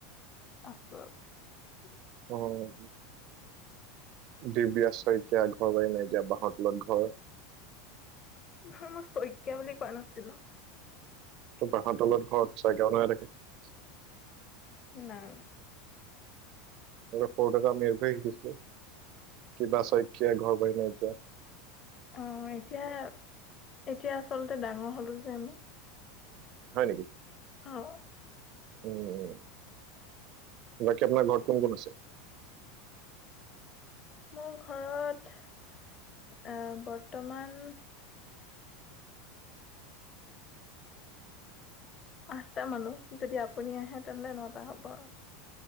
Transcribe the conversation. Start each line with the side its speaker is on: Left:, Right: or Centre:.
Left: আছোঁ আৰু
Right: অ'। দিব্যা শইকীয়া, ঘৰ-বাৰী নাইকিয়া, বাঁহৰ তলত ঘৰ।
Left: নহয় মই শইকীয়া বুলি কোৱা নাছিলো।
Right: বাঁহৰ তলত ঘৰত চাইকে নাই থাকে। নাই।
Left: না, না।
Right: সকৰোতে যে আমি এইটোই শিকিছিলো। কিবা চৈত কিয় ঘৰ বাৰী নাইকীয়া।
Left: অ', এতিয়া, এতিয়া আচলতে ডাঙৰ হ'লো যে, আমি।
Right: হয়, নেকি?
Left: অ'।
Right: উম, বাকী আপোনাৰ ঘৰত কোন, কোন আছে?
Left: মোৰ ঘৰত আ, বৰ্তমান আঠটা মানুহ যদি আপুনি আহে তেনেহ'লে নটা হ'ব আৰু।